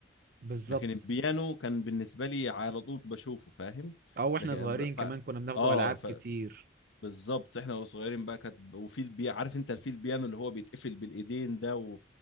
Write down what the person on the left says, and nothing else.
لكن البيانو كان بالنسبه لي على طول بشوفه فاهم
لكن
ب-
ف...
اه
بالظبط احنا وصغيرين بقى كانت وفي البي عارف انت الفيل بيانو اللي هو بيتقفل بالايدين ده و...